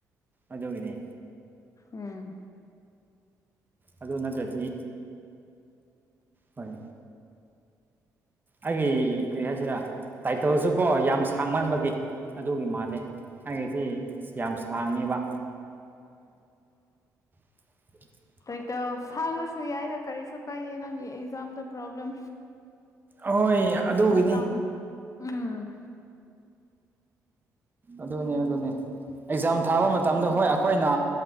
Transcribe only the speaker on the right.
ꯑꯗꯨꯒꯤꯅꯦ
ꯑꯗꯨ ꯅꯠꯇ꯭ꯔꯗꯤ ꯍꯣꯏ ꯑꯩꯒꯤ ꯀꯔꯤ ꯍꯥꯏꯁꯤꯗ ꯇꯥꯏꯇꯜꯁꯨ ꯀꯣ ꯌꯥꯝ ꯁꯥꯡꯃꯟꯕꯒꯤ ꯑꯗꯨꯒꯤ ꯃꯥ ꯂꯦ ꯑꯩꯒꯤꯁꯤ ꯌꯥꯝ ꯁꯥꯡꯉꯤꯕ <inaudible>
ꯑꯣꯏ ꯑꯗꯨꯒꯤꯅꯤ
ꯑꯗꯨꯅꯦ ꯑꯗꯨꯅꯦ ꯑꯦꯛꯖꯥꯝ ꯊꯥꯕ ꯃꯇꯝꯗ ꯍꯣꯏ ꯑꯩꯈꯣꯏꯅ